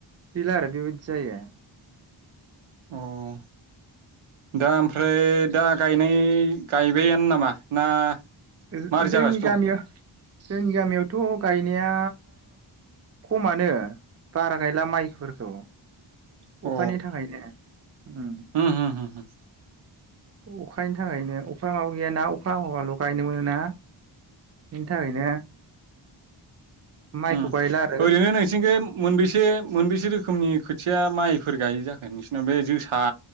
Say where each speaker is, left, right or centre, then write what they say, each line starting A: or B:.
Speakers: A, on the right; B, on the right.
A: गैला आरो बेबायदि जायो।
B: उम दा ओमफ्राय दा गायनाय गायबायानो नामा ना
A: ओहो
B: मारै
A: जोंनि
B: जागासिनो
A: गामिया
B: दं
A: जोंनि गामियावथ' गायनाया खमानो बारा गायला माइफोरखौ।
B: अ
A: अखानि थाखायनो उम
B: होम होम होम होम
A: अखानि थाखायनो अखाया माबा गैयाना अखा हाबाल' बायनो मोना? बिनि थाखायनो माइखौ
B: उम
A: गायला आरो
B: ओरैनो नोंसिनिखै मोनबेसे-मोनबेसे रोखोमनि खोथिया माइ फोर गायो जाखो नोंसोरनाव बे जोसा